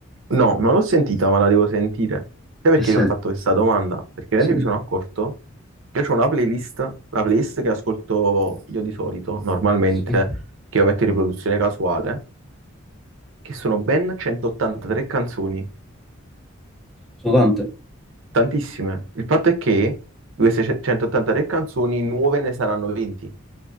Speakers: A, on the right; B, in the centre.
A: No, non l'ho sentita, ma la devo sentire. Sai perché
B: Eh sì,
A: ti ho fatto questa domanda? Perché
B: sì,
A: veramente mi sono accorto che io ho una playlist, la playlist che ascolto io di solito, normalmente,
B: Sì.
A: che io metto in riproduzione casuale, che sono ben 183 canzoni,
B: sono tante.
A: tantissime. Il fatto è che di queste ce- 183 canzoni nuove ne saranno 20.